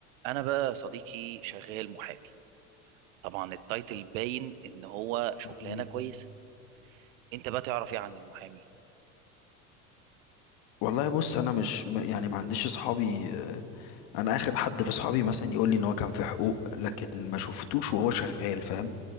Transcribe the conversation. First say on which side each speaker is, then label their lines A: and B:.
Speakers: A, on the right (about 60°); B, on the left (about 55°).
A: انا بقى يا صديقي شغال محامي طبعا التايتل باين ان هو شغلانه
B: مم.
A: كويسه انت بقى تعرف ايه عن المحامي
B: والله بص انا مش م- يعني ما عنديش اصحابي آه، انا اخر حد في اصحابي مثلا يقول لي ان هو كان في حقوق لكن ما شفتوش وهو شغال فاهم